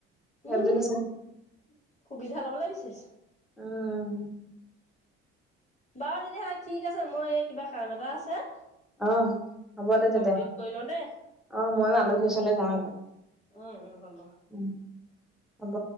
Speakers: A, in the centre; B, on the left (about 20°).
A: সেই
B: উম
A: বুলি কৈছে,
B: সুবিধা ল'বলৈ বিচাৰিছে
A: উম।
B: বাৰু তেতিয়া হলে ঠিক আছে, মই যে কিবা কাম এটা আছে।
A: অ', হ'ব
B: কৰি
A: দে
B: কমপ্লিট
A: তেতিয়া
B: কৰি লওঁ দেই
A: অ', মইয়ো আলহী ওচৰত যাও এপাক।
B: উম, উম হ'ব।
A: উম, হ'ব।